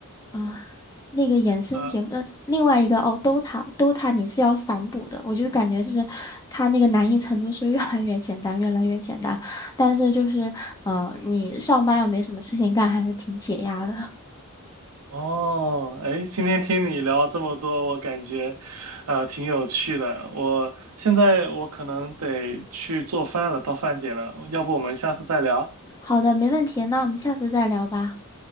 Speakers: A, on the left (about 15°); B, on the right (about 80°).
A: 啊、那个衍生节目，
B: 呃。
A: 呃，另外一个哦，DOTA，DOTA 你是要反补的，我就感觉是它那个难易程度是越来越简单，越来越简单。但是就是，嗯，你上班要没什么事情干，还是挺解压的。
B: 哦，哎，今天听你聊这么多，我感觉，呃，挺有趣的。我现在我可能得去做饭了，到饭点了，要不我们下次再聊？
A: 好的，没问题，那我们下次再聊吧。